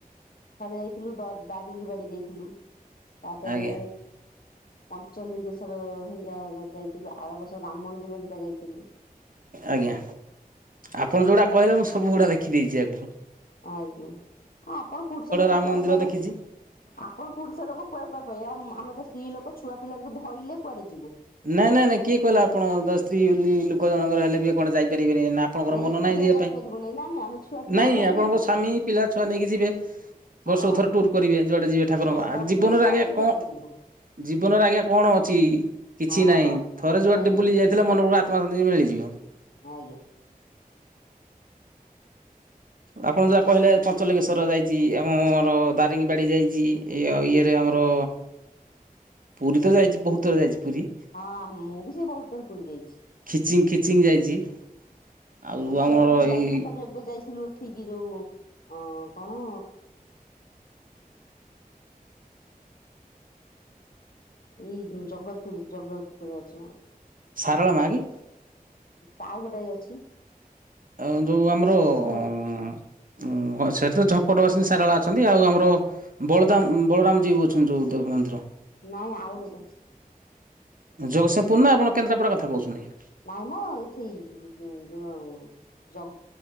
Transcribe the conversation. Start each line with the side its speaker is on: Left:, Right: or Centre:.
Left: ଥରେ ଯାଇଥିଲୁ ଦ ଦାରିଙ୍ଗୀ ବାଡି ଯାଇଥିଲୁ ତାପରେ
Right: ଆଜ୍ଞା
Left: ପଞ୍ଚଲିଙ୍ଗେଶ୍ଵର ହେରିକା ଯାଇଥିଲୁ, ଆର ବର୍ଷ ରାମ ମନ୍ଦିର ହେରିକା ଯାଇଥିଲୁ।
Right: ଆଜ୍ଞା, ଆପଣ ଯୋଉଗୁଡା କହିଲେ ମୁଁ ସବୁ ଗୁଡା ଦେଖିଦେଇଛି ଆଗୁରୁ।
Left: ଆଜ୍ଞା, ଆପଣ ପୁରୁଷ ଲୋକ
Right: ରାମ
Left: କୁଆଡେ
Right: ମନ୍ଦିର
Left: କୁଆଡେ
Right: ଦେଖିଛି
Left: ଆପଣ ପୁରୁଷ ଲୋକ କୁଆଡେ କୁଆଡେ ପେଳେଇବେ, ଆ ଆମେତ ସ୍ତ୍ରୀ ଲୋକ ଛୁଆ ପିଲାଙ୍କୁ ଧରିଲେ କୁଆଡେ ଯିବୁ।
Right: ନାଇଁ ନାଇଁ ନାଇଁ, କିଏ କିହିଲା ଆପଣଙ୍କୁ ଦ ସ୍ତ୍ରୀ ଲୋକ ଜଣଙ୍କର ହେଲେ ବି କଣ ଯାଇପାରିବେନି ନା ଆପଣଙ୍କର
Left: ନାଇଁ
Right: ମନ
Left: ଏକୁଟିଆ
Right: ନାହିଁ ଯିବା
Left: ଯାଇପାରିବୁନି
Right: ପାଇଁ,
Left: ନା ଆମେ ଆମେ ଛୁଆ ପିଲାଙ୍କୁ
Right: ନାଇଁ
Left: ଧଇଲେ
Right: ଆପଣଙ୍କ
Left: ଯିବୁ
Right: ସ୍ବାମୀ ପିଲା ଛୁଆ ନେଇକି ଯିବେ?
Left: ହଁ
Right: ବର୍ଷକୁ ଥରେ ଟୁୁର କରିବେ, ଯୁଆଡେ ଯିବେ ଠାକୁରଙ୍କ
Left: ଆଉ ସେ
Right: ଆ
Left: ବର୍ଷକୁ
Right: ଜୀବନରେ
Left: ଥରେ
Right: ଆଜ୍ଞା
Left: ଯୁଆଡେ
Right: କଣ
Left: ଯିବୁ
Right: ଜୀବନରେ ଆଜ୍ଞା କଣ ଅଛି? କିଛି
Left: ହଁ
Right: ନାହିଁ,
Left: ହଁ
Right: ଥରେ ଯୁଆଡେଟେ
Left: ଆଜ୍ଞା
Right: ବୁଲି ଯାଇ ସେ ମନବରୁ ଆତ୍ମଶାନ୍ତି ମିଳିଯିବ।
Left: ଆଜ୍ଞା।
Right: ଆପଣ ଯାହା କହିଲେ ପଞ୍ଚଲଙ୍ଗେଶ୍ଵର ଯାଇଛିଏବଂ ଆମର ଦାରିଙ୍ଗୀ ବାଡି ଯାଇଛି। ଇଉ ଇଏରେ ଆମର ପୁରୀ ତ ଯାଇଛି ବହୁତଥର ଯାଇଛି ପୁରୀ।
Left: ହଁ ମୁଁ ବି ସେଇ ବହୁତ ଥର ପୁରୀ ଯାଇଛି।
Right: ଖିଚିଙ୍ଗ ଖିଚିଙ୍ଗ ଯାଇଛି। ଆଉ
Left: ଆ ସିଆଡରେ
Right: ଆମର
Left: ମୁଁ ଯାଇନୁ
Right: ଏଇ
Left: ତାପରେ। ଏବେ ଯାଇଥିଲୁ ଏଠିକି ଯୋଉ ଅ କଣ ଏଇ ଜଗତପୁର ଜଗତପୁର ଅଛିମ।
Right: ସାରଳା ମାଆ।
Left: ତା ଆଉ ଗୋଟାଏ ଅଛି।
Right: ଆ ଯୋଉ ଆମର ଉଁ
Left: ଶିବ
Right: ସେଇଠି ତ ସଙ୍କଟ ବାସିନୀ ସାରଳା ଅଛନ୍ତି ଆଉ ଆମର। ବଳଦାମ ବଳରାମଜୀ ଜିଉ ଅଛନ୍ତି ଯୋଉ ମନ୍ଦିର।
Left: ନାଇଁ ଆଉ ଗୋଟେ।
Right: ଜଗତସିଂହପୁର ନା ଆପଣ କେନ୍ଦ୍ରାପଡ଼ା କଥା କହୁଛନ୍ତି?
Left: ନାଇଁ ମ ଏଠି ଯୋଉ ଜ